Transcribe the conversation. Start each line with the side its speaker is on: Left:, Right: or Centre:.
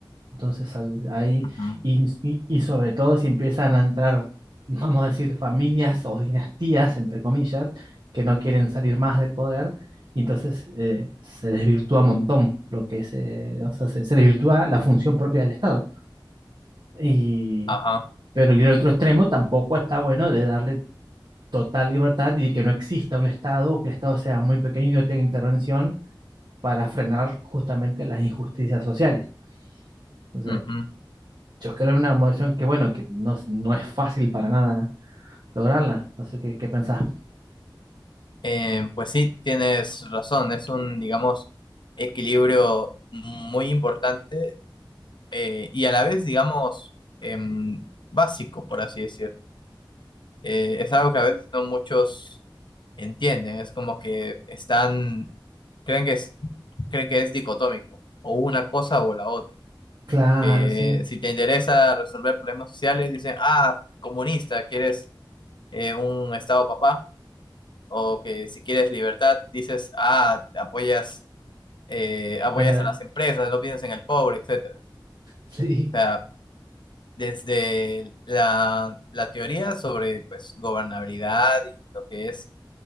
Right: Entonces al- ahí,
Left: ujú,
Right: y, y- y sobre todo si empiezan a entrar, <laughs> vamos a decir, familias o dinastías, entre comillas, que no quieren salir más del poder, y entonces eh, se desvirtúa un montón lo que se, o sea, se, se desvirtúa la función propia del Estado. Y,
Left: Ajá.
Right: pero y el otro extremo tampoco está bueno de darle total libertad y que no exista un Estado o que el Estado sea muy pequeño y no tenga intervención para frenar justamente las injusticias sociales. Entonces,
Left: ujú.
Right: Yo creo una emoción que, bueno, que no, es- no es fácil para nada lograrla. No sé qué, qué pensás.
Left: Eh, pues sí, tienes razón, es un, digamos, equilibrio muy importante eh, y a la vez, digamos, em, básico, por así decir. Eh, es algo que a veces no muchos entienden. Es como que están, creen que es, creen que es dicotómico, o una cosa o la otra.
Right: Claro,
Left: Eh,
Right: sí.
Left: si te interesa resolver problemas sociales, dicen, ah, comunista, quieres eh, un estado papá, o que si quieres libertad, dices, ah, apoyas, eh, apoyas
Right: A la vez.
Left: a las empresas,
Right: <laughs>
Left: no piensas en el pobre, etcétera.
Right: Sí,
Left: O sea, desde la, la teoría sobre pues gobernabilidad y lo que es